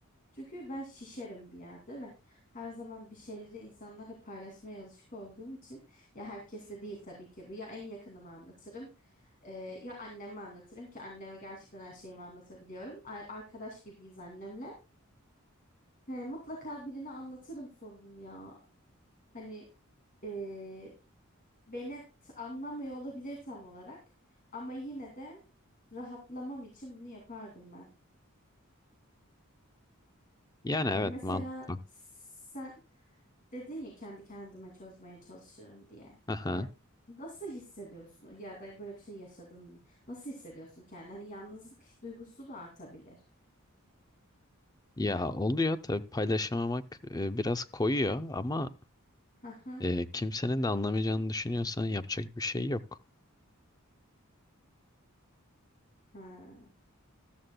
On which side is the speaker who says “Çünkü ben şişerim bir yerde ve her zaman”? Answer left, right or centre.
Left